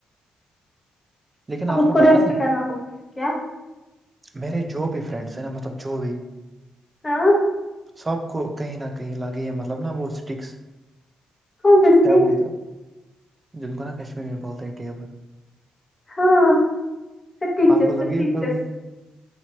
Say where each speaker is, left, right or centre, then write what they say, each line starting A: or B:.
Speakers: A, on the right; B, on the left.
A: لیکن آپ
B: اب اس کو
A: پتا
B: ریسٹ
A: ہے
B: کرنا ہو کیا
A: میرے جو بھی فرینڈس ہیں نا مطلب جو بھی
B: ہاں
A: سب کو کہیں نہ کہیں لگے یہ مطلب نہا وہ اسٹکس
B: کون دسے
A: کیا بولتے جن کوناا کشمیری میں بولتے ٹیب
B: ہاں سٹیچس
A: آ کو لگی
B: سٹیچس
A: ہے کبھی